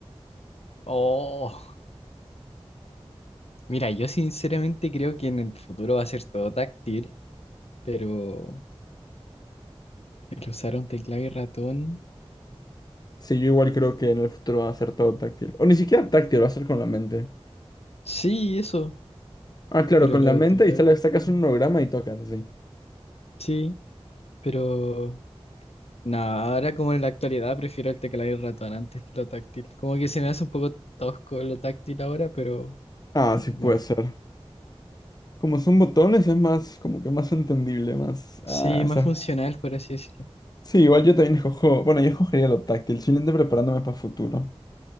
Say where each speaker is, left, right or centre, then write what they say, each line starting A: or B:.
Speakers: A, on the left; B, on the left.
A: Oh, mira, yo sinceramente creo que en el futuro va a ser todo táctil, pero el usar un teclado y ratón.
B: Sí, yo igual creo que en el futuro va a ser todo táctil. O ni siquiera táctil, va a ser con la mente.
A: Sí, eso.
B: Ah, claro,
A: Pero
B: con
A: lo
B: la
A: del
B: mente
A: teclado
B: y sale-
A: y ratón.
B: sacas un holograma y tocas así.
A: Sí, pero No, ahora como en la actualidad prefiero el teclado y el ratón antes que lo táctil. Como que se me hace un poco tosco lo táctil ahora, pero
B: Ah, sí puede
A: bueno.
B: ser. Como son botones, es más, como que más entendible, más.
A: Sí,
B: Ah, esa.
A: más funcional, por así decirlo.
B: Sí, igual yo también escojo. Bueno, yo escogería lo táctil, simplemente preparándome para el futuro.